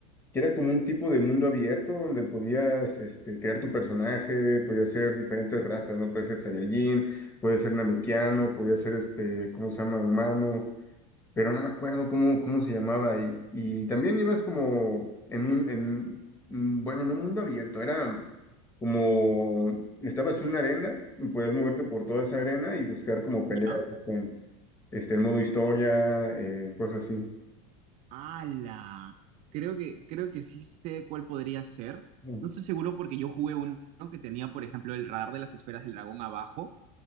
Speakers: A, on the left (about 15°); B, on the right (about 45°).
A: Que era como un tipo de mundo abierto donde podías este, crear tu personaje, podías ser diferentes razas, ¿no? Puede ser Saiyajin, puede ser Namekiano, podía ser, este, ¿cómo se llama? Humano pero no me acuerdo cómo, cómo se llamaba. Y, y también ibas como en un, en, mm, bueno, no mundo abierto, era como, estabas en una arena y podías moverte por toda esa arena y buscar como peleas
B: ¿Ya?
A: ¿no? con este, el modo historia, eh, cosas así.
B: ala, creo que, creo que sí sé cuál podría ser.
A: Mm.
B: No estoy seguro porque yo jugué uno que tenía, por ejemplo, el radar de las esferas del dragón abajo,